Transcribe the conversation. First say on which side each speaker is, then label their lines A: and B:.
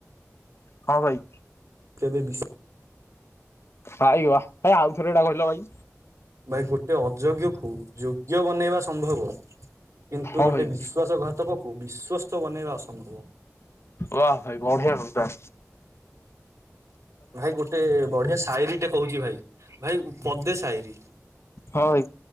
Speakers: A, on the left (about 55°); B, on the right (about 75°).
A: ହଁ ଭାଇ।
B: କେବେ ବିଶ୍
A: ଭାଇ ୱା ଭାଇ ଆଉଥରେ ହେଟା କହିଲ ଭାଇ।
B: ଭାଇ ଗୋଟେ ଅଯୋଗ୍ୟକୁ ଯୋଗ୍ୟ ବନେଇବା ସମ୍ଭବ କିନ୍ତୁ
A: ହଁ
B: ଗୋଟେ
A: ଭାଇ
B: ବିଶ୍ଵାସ ଘାତକକୁ ବିଶ୍ଵସ୍ତ ବନେଇବା ଅସମ୍ଭବ।
A: ୱା ଭାଇ ବଢିଆ ଘଣ୍ଟା
B: ଭାଇ ଗୋଟେ ବଢିଆ ସାଏରୀ ଟେ କହୁଚି ଭାଇ ଭାଇ ପଦେ ସାଏରୀ।
A: ହଁ ଭାଇ।